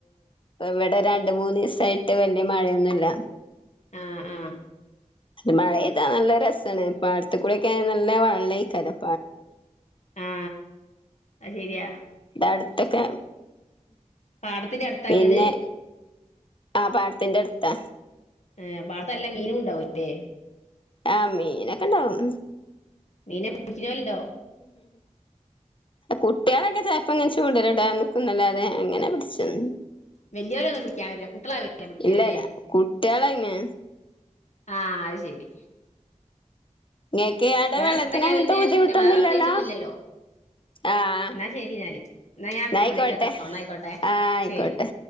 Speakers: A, on the left; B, on the left.
A: ഇവിടെ രണ്ട് രണ്ട് മൂന്നീസായിട്ട് വെല്യ മഴയൊന്നുല്ല
B: ആ ആ
A: മഴ പെയ്ത നല്ല രസാണ്. പാടത്തുകൂടെ നല്ല വെള്ളം അയ്ക്കാരം
B: ആ അത് ശരിയാ
A: ഇവിടെ അടുത്തൊക്കെ
B: പാടത്തിന്റെ അടുത്താ
A: പിന്നെ
B: വീട്
A: ആ പാടത്തിന്റെ അടുത്താ
B: ഏ പാടത്ത് നല്ല മീനും ഉണ്ടാവൂല്ലേ
A: ആഹ മീനൊക്കെ ഇണ്ടാവും
B: മീനെ പിട്ച്ച്ണോലുണ്ടോ?
A: കുട്ട്യാളൊക്കെ ചെൽപ്പോ ഇങ്ങനെ ചൂണ്ടല് ഇടാൻ നിക്കുന്നല്ലാതെ അങ്ങനെ പിടിച്ച
B: വല്യോരൊന്നു കുട്ട്യാഇല്ലേ കുട്ട്യളാ <unintelligible> പിടിക്കാല്ലേ
A: ഇല്ലല്ല കുട്ടികളങ്ങനെ
B: ആഹ് അത് ശെരി
A: ഇങ്ങക്ക് അവിടെ
B: വേറെ
A: വെള്ളത്തിന്
B: എത്രക്കെഴിഞ്ഞെ
A: അങ്ങനത്തെ ബുദ്ധിമുട്ടൊന്നും
B: പിന്നെ വേറെ
A: ഇല്ലല്ലോ
B: പ്രിതേഘിച്ച് ഒന്നുല്ലല്ലോ
A: ആഹ്
B: ഇന്നാ ശെരി ഞാല് എന്നാ ഞാൻ
A: ന്നായിക്കോട്ടെ
B: പിന്നെ വിളിക്കട്ടോ ഇന്നായിക്കോട്ടെ
A: ആഹ് ആയിക്കോട്ടെ
B: ശെരി